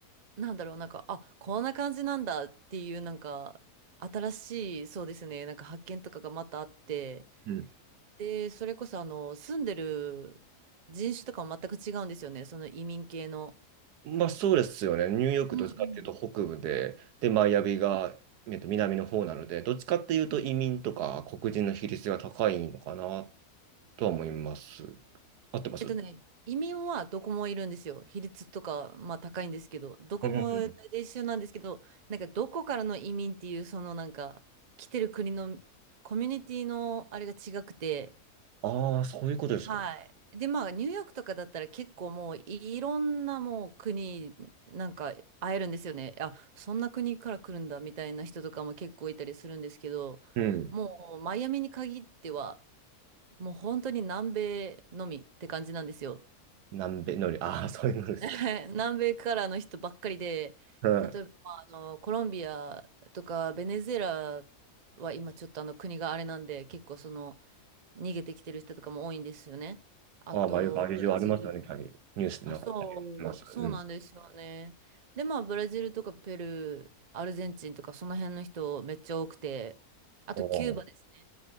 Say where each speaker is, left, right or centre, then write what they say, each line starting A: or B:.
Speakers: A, on the right; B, on the right.
A: なんだろう、なんか、あ、こんな感じなんだっていう、なんか、新しい、そうですね、なんか発見とかがまたあって、
B: うん
A: で、それこそあの、住んでる人種とかも全く違うんですよね。その移民系の。
B: まあそうですよね。ニューヨークどっちかっていうと北部で、
A: うんうん。
B: で、マイアミが、えっと、南の方なので、どっちかっていうと移民とか黒人の比率が高いのかなとは思います。合ってます
A: えっとね、移民はどこもいるんですよ。比率とか、まあ高いんですけど、どこも大体一緒なんですけど、
B: うん。
A: なんかどこからの移民っていう、そのなんか、来てる国のコミュニティのあれが違くて、
B: ああ、そういうことですか。
A: はい。で、まあ、ニューヨークとかだったら結構もういろんなもう国なんか会えるんですよね。あ、そんな国から来るんだみたいな人とかも結構いたりするんですけど、
B: うん。
A: もうマイアミに限ってはもう本当に南米のみって感じなんですよ。
B: 南米のり、<laughs> ああ、そういうのですか。
A: <laughs> 南米からの人ばっかりで、
B: うん。
A: 例えばまああのコロンビアとかベネズエラは今ちょっとあの国があれなんで結構その逃げてきてる人とかも多いんですよね。あとブラジル
B: ああ、まあ、よくあれ以上ありますよね、キャリー。ニュースでなんかあります。
A: あ、そう、そうなんですよね。
B: うん。
A: で、まあ、ブラジルとかペルー、アルゼンチンとか、その辺の人めっちゃ多くて、あとキューバですね。
B: おー